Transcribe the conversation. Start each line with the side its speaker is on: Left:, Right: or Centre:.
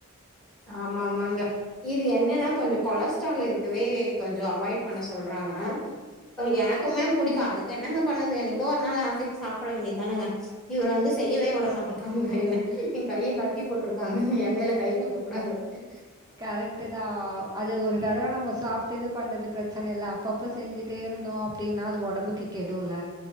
Centre: ஆமாமாங்க இது என்னன்னா கொஞ்சோ கொலஸ்ட்ரால் இருக்கவே கொஞ்சோ அவாய்ட் பண்ண சொல்றாங்க அது எனக்குமே புடிக்கு அதுக்கு என்னங்க பண்ணற்து என்னைக்கோ ஒரு நாள் ஆசைக் சாப்பட வேண்டியதானுங்க இவுர் வந்து செய்யவே விட மாட்டக்காங்க என்ன எங்கைய கட்டி போட்ருக்காங்க எண்ணைல கை வெக் க கூடாதுன்ட்டு
Right: கரெக்ட்டு தா அது ஒரு தடவ நம்ம சாப்ட்டு இது பண்றது பிரச்சன இல்ல அப்பப் ப செஞ்சுட்டே இருந்தோ அப்டினா அது ஒடம்புக்கு கெடுல்ல